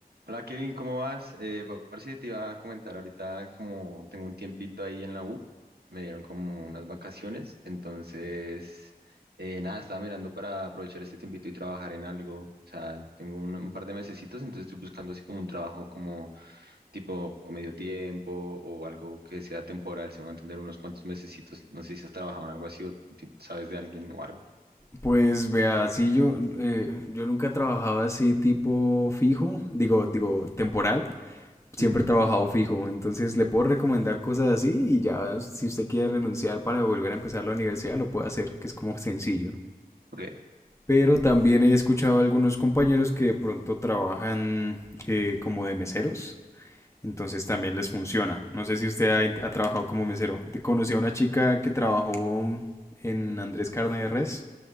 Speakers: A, on the right; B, on the left.
A: Hola Kevin, ¿cómo vas? Eh, parce, te iba a comentar ahorita como tengo un tiempito ahí en la U, me dieron como unas vacaciones, entonces eh, nada, estaba mirando para aprovechar este tiempito y trabajar en algo, o sea, tengo un, un par de mesecitos, entonces estoy buscando así como un trabajo como tipo medio tiempo o algo que sea temporal, se van a entender unos cuantos mesecitos, no sé si has trabajado en algo así o ti- sabes de alguien o algo.
B: Pues vea, sí, yo, eh, yo nunca he trabajado así tipo fijo, digo, digo, temporal. Siempre
A: Ujú,
B: he trabajado fijo, entonces le puedo recomendar cosas así y ya si usted quiere renunciar para volver a empezar la universidad lo puede hacer, que es como sencillo.
A: Ok,
B: Pero también he escuchado a algunos compañeros que de pronto trabajan eh, como de meseros, entonces también les funciona. No sé si usted ha, in- ha trabajado como mesero. Te- Conocí a una chica que trabajó en Andrés Carne de Res